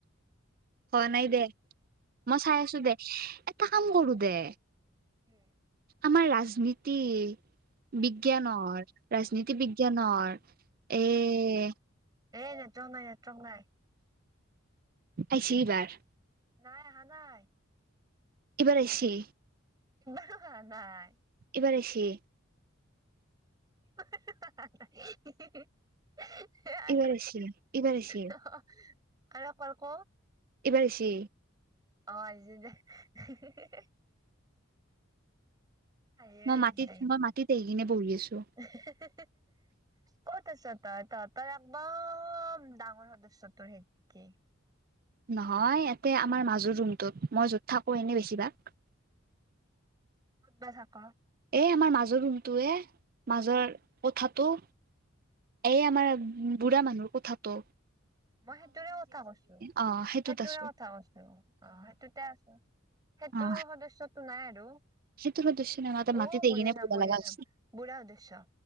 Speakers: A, on the right; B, on the right.
A: হোৱা নাই দে মই চাই আছোঁ দে এটা কাম কৰো দে।
B: উম।
A: আমাৰ ৰাজনীতি। বিজ্ঞানৰ ৰাজনীতি বিজ্ঞানৰ এ'।
B: এ নেটৱৰ্ক নাই নেটৱৰ্ক নাই।
A: আহিছি এই বাৰ।
B: নাই আহা নাই।
A: এইবাৰ আহিছে।
B: বা হা হা আহা নাই।
A: এইবাৰ আহিছে।
B: হা হা হা হা ই ই ই হে অ
A: এইবাৰ আহিছি এইবাৰ আহিছি
B: হ অ হ আৰু কল ক।
A: এইবাৰ আহিছে।
B: অ', আহিছিলে হে হে হে। হাঁহিয়ে
A: মই
B: উঠিছে
A: মাটিত
B: এ
A: মই মাটিত আহি কিনে বহি আছো
B: হে হে। ক'ত আছ' তই তহঁতৰ একদম ডাঙৰ সদস্য তোৰ হে একেই।
A: নহয় ইয়াতে আমাৰ মাজৰ ৰুমটোত মই য'ত থাকো এনেই বেছিভাগ।
B: ক'ত বা থাক।
A: এ আমাৰ মাজৰ ৰুমটোয়ে মাজৰ কোঠা টো। এই আমাৰ বুঢ়া মানুহৰ কোঠা টো।
B: মই সেইটোৰে কথা কৈছো
A: অ সেইটোত
B: সেইটোৰে
A: আছো
B: কথা কৈছো অ', সেইটোতে আছো। সেইটোৰ
A: অ
B: সদস্য টো নাই আৰু। অ',
A: সেইটো সদস্য নহয় মাত্ৰ মাটিত আহি
B: বঢ়িয়া
A: কিনে বহিব
B: নাম বঢ়িয়া
A: লগা হৈছে।
B: নাম বুঢ়া সদস্য।